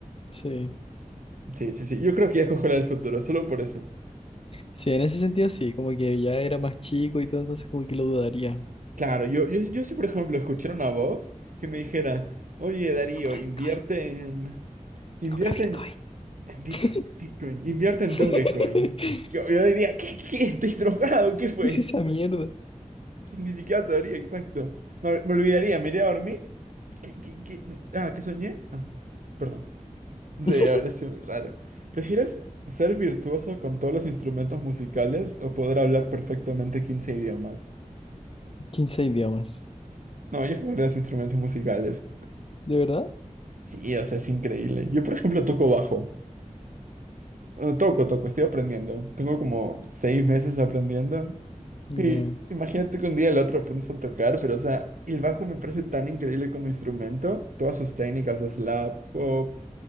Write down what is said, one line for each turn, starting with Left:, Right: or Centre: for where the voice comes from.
Left: sí.
Right: Sí, sí, sí. Yo creo que ya escojo la del futuro, solo por eso.
Left: Sí, en ese sentido sí, como que ya era más chico y todo, entonces como que lo dudaría.
Right: Claro, yo, yo, yo sí, por ejemplo, escuchara una voz que me dijera, oye, Darío,
Left: Compra
Right: invierte
Left: Bitcoin,
Right: en, invierte
Left: compra Bitcoin.
Right: en, en Bitcoin,
Left: <laughs>
Right: Bitcoin, invierte en
Left: <laughs>
Right: Dogecoin. Yo, yo diría, ¿qué, qué? ¿Estoy drogado? ¿Qué fue?
Left: ¿Qué es esa mierda?
Right: Ni siquiera sabría exacto. Me, me olvidaría, me iría a dormir. ¿Qué, qué, qué? Ah, ¿qué soñé? Ah, perdón. Sí,
Left: <laughs>
Right: ahora sí, muy raro. ¿Prefieres ser virtuoso con todos los instrumentos musicales o poder hablar perfectamente 15 idiomas?
Left: quince idiomas.
Right: No, yo jugaría los instrumentos musicales.
Left: ¿De verdad?
Right: Sí, o sea, es increíble. Yo, por ejemplo, toco bajo. Bueno, toco, toco, estoy aprendiendo. Tengo como seis meses aprendiendo.
Left: Ya.
Right: Y imagínate que un día el otro aprendes a tocar, pero, o sea, el bajo me parece tan increíble como instrumento. Todas sus técnicas de slap, pop,